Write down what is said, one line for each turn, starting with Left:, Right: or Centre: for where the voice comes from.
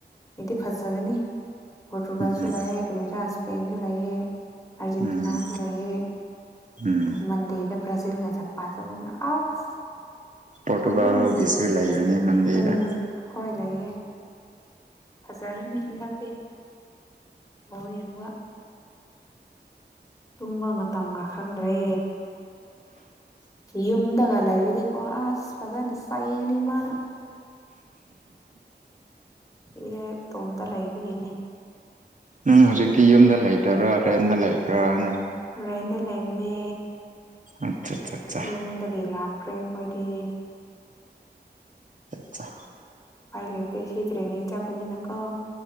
Left: ꯑꯩꯗꯤ ꯐꯖꯒꯅꯤ ꯄꯣꯔꯇꯨꯒꯜꯁꯨ
Right: ꯎꯝ
Left: ꯂꯩꯌꯦ ꯀꯔꯤꯔꯥ ꯁ꯭ꯄꯦꯟꯁꯨ ꯂꯩꯌꯦ ꯑꯔꯖꯦꯟꯇꯤꯅꯥꯁꯨ
Right: ꯎꯝ
Left: ꯂꯩꯌꯦ
Right: ꯎꯝ
Left: ꯃꯟꯗꯦꯗ ꯕ꯭ꯔꯥꯖꯤꯜ ꯒ ꯖꯄꯥꯟ ꯒ ꯑꯃꯨꯛ ꯑꯁ
Right: ꯄꯣꯔꯇꯨꯒꯥꯜꯒꯤꯁꯨ
Left: ꯂꯣꯏꯔꯦ ꯂꯣꯏꯔꯦ
Right: ꯂꯩꯕꯅꯦ ꯃꯟꯗꯦꯗ
Left: ꯎꯝ ꯍꯣꯏ ꯂꯩꯥꯌꯦ ꯐꯖꯔꯅꯤ ꯍꯟꯗꯛꯇꯤ ꯕꯣꯜ ꯌꯦꯡꯕ ꯇꯨꯝꯕ ꯃꯇꯝꯒ ꯈꯪꯗ꯭ꯔꯦ ꯌꯨꯝꯗꯒꯥ ꯂꯩꯥꯔꯗꯤꯀꯣ ꯑꯁ ꯐꯥꯖꯅ ꯆꯩꯔꯅꯤ ꯏꯃꯥꯅ ꯁꯤꯔꯦ ꯏꯇꯣꯝꯇ ꯂꯩꯕꯒꯤꯅꯦ
Right: ꯅꯪ ꯍꯧꯖꯤꯛꯇꯤ ꯌꯨꯝꯗ ꯂꯩꯇꯕ꯭ꯔꯥ ꯔꯦꯟꯇ ꯂꯩꯕ꯭ꯔꯥꯅ
Left: ꯔꯦꯟꯗ ꯂꯩꯕꯅꯦ
Right: ꯑꯠꯆꯥ
Left: ꯌꯨꯝꯗꯒꯤ ꯂꯥꯞꯈ꯭ꯔꯦ ꯑꯩꯈꯣꯏꯗꯤ
Right: ꯑꯆꯥ
Left: ꯎꯄꯥꯏ ꯂꯩꯇꯦ ꯁꯤ ꯇ꯭ꯔꯦꯅꯤꯡ ꯆꯠꯄꯅꯤꯅꯀꯣ